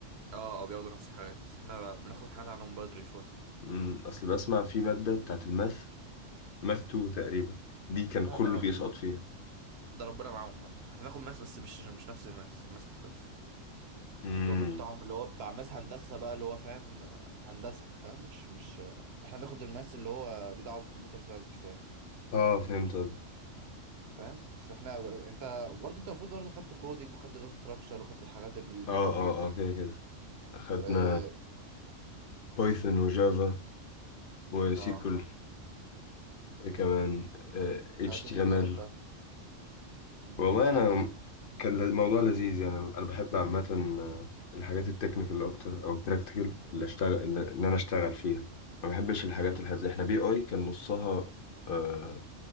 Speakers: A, on the right; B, on the left.
A: اه اه بياخدوا نفس الحاجات بس احنا بناخد حاجات عنهم بدري شويه
B: امم اصل بسمع في ماده بتاعت الماث ماث 2 تقريبا دي كان
A: لا
B: كله
A: لا هو-
B: بيسقط فيها
A: ده ربنا معاهم بقى احنا ناخد ماس بس مش مش نفس الماس ماس مختلف
B: امم
A: بس هو الماس بتاعهم اللي هو بتاع ماس هندسة بقى اللي هو فاهم آه، هندسة فاهم مش مش آه، احنا بناخد الماس اللي هو ليه دعوة بالكمبيوتر ساينس شوية
B: اه فهمت قصدك
A: فاهم بس احنا انت برضه انت المفروض برضه خدت كودينج وخدت داتا ستراكشر وخدت الحاجات اللطيفة
B: اه اه اه كده كده اخدنا
A: اه
B: بايثون وجافا وسيكول
A: آه،
B: اه ايه كمان اتش
A: الحاجات دي
B: تي
A: كلها
B: ام ال
A: خدتها امم
B: والله انا
A: خدت انا
B: كان الموضوع لذيذ يعني انا بحب عامه آه، الحاجات التكنيكال اكتر او البراكتيكال اللي اشتغل اللي ان انا اشتغل فيها ما بحبش الحاجات
A: امم
B: الحفظيه احنا بي اي كان نصها آه،